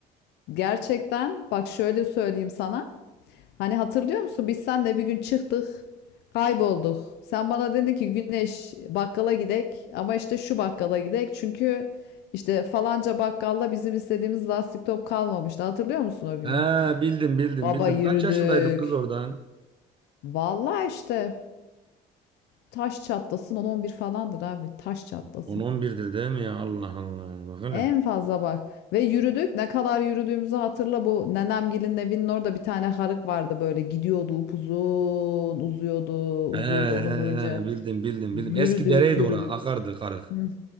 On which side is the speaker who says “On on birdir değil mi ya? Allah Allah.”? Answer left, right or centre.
Right